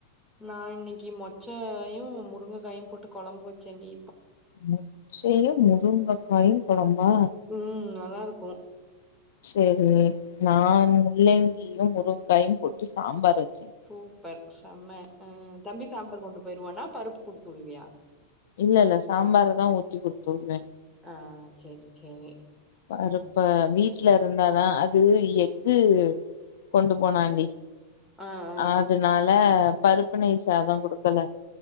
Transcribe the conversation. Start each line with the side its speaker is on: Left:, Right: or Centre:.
Centre: நா இன்னக்கி மொச்சையு முருங்கைக்காயும் போட்டு கொழம்பு வெச்சேன்டி
Left: மொச்சையு முருங்கக்காயு கொழம்பா
Centre: ம் நல்லா இருக்கு
Left: சேரி நா முள்ளங் கியு முருங்க்காயும் போட்டு சாம்பார் வெச்
Centre: சூப்பர் சம்ம ஆ தம்பி சாம்பார் கொண்டு போயிருவானா பருப்பு குடுத்து உடுவியா
Left: இல்ல இல்ல சாம்பாருதா ஊத்திக் குடுத்து உடுவே
Centre: ஆ சேரி சேரி
Left: பாருப்ப
Centre: ம்
Left: வீட் ட்ல இருந்தா தா அது எக்கூ கொண்டு போனாண்டி
Centre: ஆ ஆ
Left: ஆதுனால
Centre: ம்
Left: பருப்பு நெய் சாதங் குடுக்கல